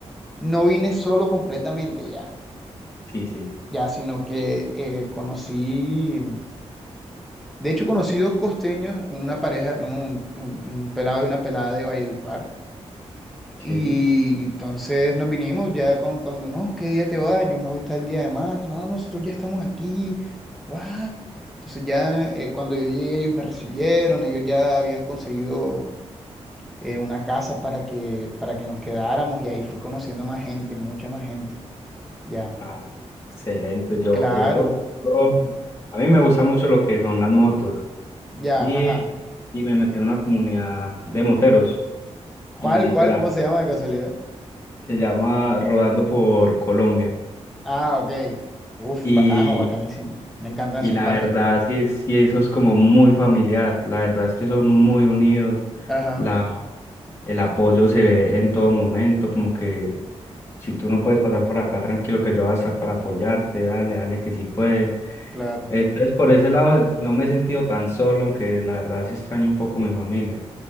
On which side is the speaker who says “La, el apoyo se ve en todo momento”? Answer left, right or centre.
Left